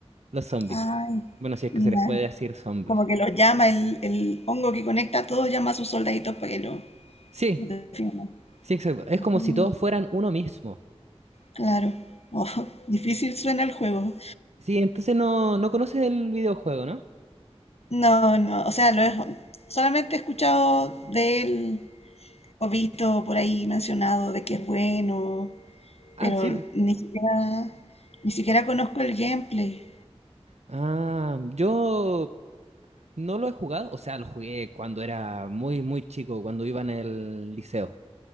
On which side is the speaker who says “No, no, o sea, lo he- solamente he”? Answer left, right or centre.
Left